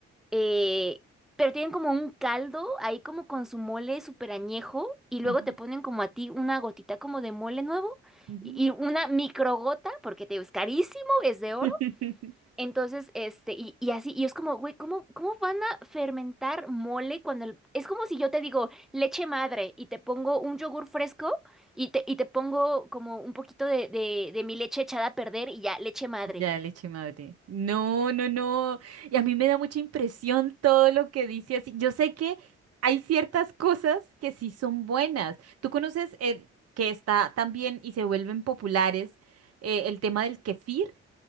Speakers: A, in the centre; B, on the right (about 45°).
A: eh, pero tienen como un caldo ahí como con su mole súper añejo y luego
B: ujú,
A: te ponen como a ti una gotita como de mole nuevo
B: ujú.
A: y, y una microgota, porque te digo, es carísimo, es de oro.
B: No. <laughs>
A: Entonces, este, y, y así, y es como, güey, ¿cómo, cómo van a fermentar mole cuando el- es como si yo te digo leche madre y te pongo un yogur fresco y te, y te pongo como un poquito de, de, de mi leche echada a perder y ya, leche madre.
B: Ya, leche madre. No, no, no. Y a mí me da mucha impresión todo lo que dice así. Yo sé que hay ciertas cosas que sí son buenas. Tú conoces eh, que está también y se vuelven populares eh, el tema del kefir.